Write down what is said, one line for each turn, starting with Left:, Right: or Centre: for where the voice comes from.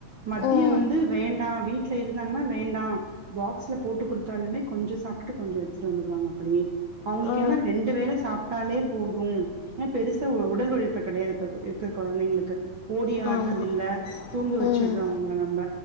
Right: மதியம்
Left: ம்
Right: வந்து வேண்டாம் வீட் வீட்ல இருந்தாங்கன்னா வேண்டாம் பாக்ஸ்ல போட்டு கொடுத்தாலுமே கொஞ்சம் சாப்பிட்டு கொஞ்சம் எடுத்துட்டு வந்துருவாங்க அப்படியே அவங்களுக்கு
Left: ஆ
Right: என்னன்னா ரெண்டு வேளை சாப் ட்டாலே போதும் ஏன பெருசா ஒரு உடல் உழைப்பு கெடயாது இப்ப இருக்க குழந்தைங்களுக்கு ஓடி ஆடறது
Left: ஆமாம்
Right: இல்ல தூங்க வச்சடுறோம்
Left: ம்
Right: அவங்க நம்ம